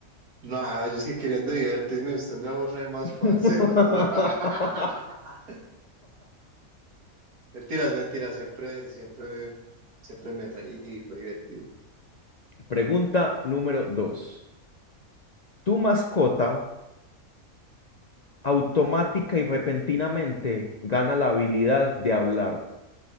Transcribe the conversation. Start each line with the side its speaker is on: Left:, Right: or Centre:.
Right: No, yo es que queriendo divertirme, usted me aburre más,
Left: <laughs>
Right: parce, no. <laughs> Mentiras, mentiras, siempre, siempre, siempre me reí y fue divertido.
Left: Pregunta número dos. Tu mascota automática y repentinamente gana la habilidad de hablar,